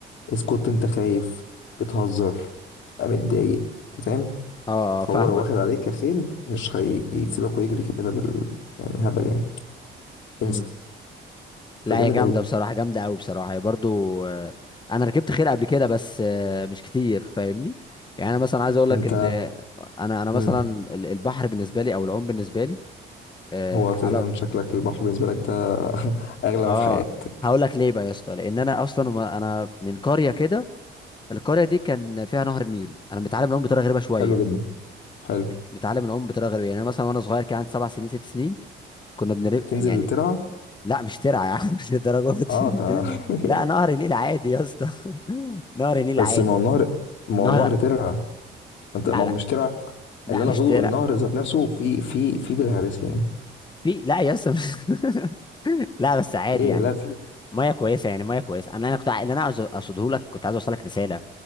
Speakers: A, on the left; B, on the left.
A: اسكت انت خايف بتهزر بقى متضايق انت فاهم
B: اه
A: فهو
B: فاهمك
A: لو واخد عليك كخيل مش هيسيبك ويجري كده بال يعني هبل يعني
B: امم
A: انسى انت
B: لا هي
A: جامد
B: جامدة
A: قوي
B: بصراحة جامدة قوي بصراحة هي برضه آه، انا ركبت خيل قبل كده بس آه، مش كتير فاهمني يعني انا مثلا عايز اقول لك
A: انت
B: ان آه، انا انا
A: مم.
B: مثلا ال- البحر بالنسبة لي او العوم بالنسبة لي اه
A: هو
B: حلا-
A: تقريبا شكلك البحر بالنسبه لك ده <laughs> اغلى
B: آه،
A: ما في حياتك
B: هقول لك ليه بقى يا اسطى لان انا اصلا ما- انا من قرية كده القرية دي كان فيها نهر النيل انا متعلم العوم بطريقة غريبة شوية
A: حلو جدا حلو
B: مت- متعلم العوم بطريقة غريبة يعني أنا مثلا وانا صغير كان عندي سبع سنين ست سنين كنا بنبقى
A: تنزل
B: يعني
A: ترعى
B: لا مش ترعة يا عم <laughs> مش للدرجة دي
A: اه تمام
B: <laughs>
A: <laughs>
B: لا نهر النيل عادي يا اسطى <laughs> نهر النيل
A: بس
B: عادي
A: ما هو النهر ما
B: نهر
A: هو النهر ترعه انت
B: لا
A: ما مش
B: لا
A: ترعه
B: لا
A: اللي انا
B: مش
A: اقصده
B: ترعة
A: النهر ذات نفسه في في في بالهارس يعني
B: في لا يا اسطى مش- <laughs> لا بس عادي
A: ايه
B: يعني
A: لا في
B: ميه كويسه يعني ميه كويسه انا انا كنت عا- اللي انا عايز اقصده لك كنت عايز اوصل لك رساله